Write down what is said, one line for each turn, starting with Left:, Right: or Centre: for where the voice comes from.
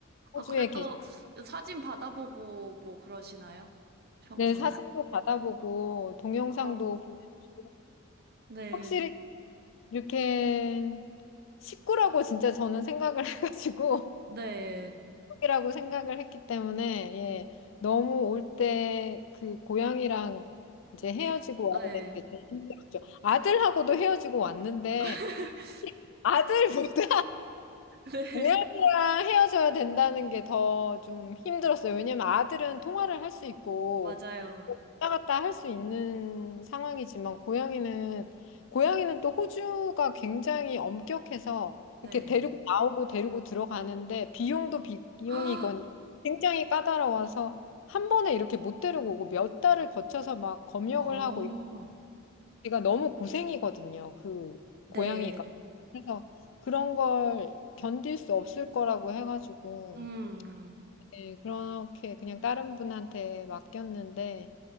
Right: 아,
Left: 호주에
Right: 그래도
Left: 계신.
Right: 사진 받아보고 뭐 그러시나요? 평소에?
Left: 네, 사진도 받아보고 동영상도
Right: 어,
Left: 보내주시고
Right: 네.
Left: 확실히 이렇게 식구라고 진짜 저는 생각을 <laughs> 해가지고
Right: 네.
Left: 이라고 생각을 했기 때문에 예, 너무 올 때 그 고향이랑 이제 헤어지고
Right: 해- 아,
Left: 와야
Right: 네.
Left: 되는 게 제일 힘들었죠. 아들하고도 헤어지고 왔는데
Right: <laughs>
Left: 아들보다
Right: 네,
Left: 고양이랑 헤어져야 된다는 게 더 좀 힘들었어요. 왜냐면 아들은 통화를 할 수 있고
Right: 맞아요.
Left: 뭐 왔다 갔다 할 수 있는 상황이지만 고양이는 고양이는 또 호주가 굉장히 엄격해서
Right: 네.
Left: 이렇게 데리고 나오고 데리고 들어가는데 비용도 비- 비용이건
Right: <gasps>
Left: 굉장히 까다로워서 한 번에 이렇게 못 데리고 오고 몇 달을 거쳐서 막 검역을
Right: 어,
Left: 하고 제가 너무 고생이거든요. 그
Right: 네.
Left: 고양이가.
Right: 네.
Left: 그래서 그런 걸 견딜 수 없을 거라고 해가지고
Right: 음,
Left: 예, 그렇게 그냥 다른 분한테 맡겼는데